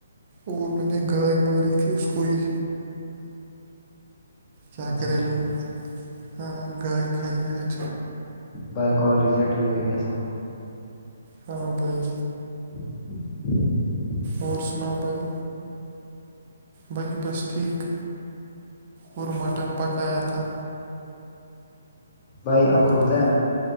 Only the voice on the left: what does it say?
اچھا
ٹھیک
بائی کال ریجیکٹ ہو جائے گی
ہی
بھائی آپ
کو بتائیں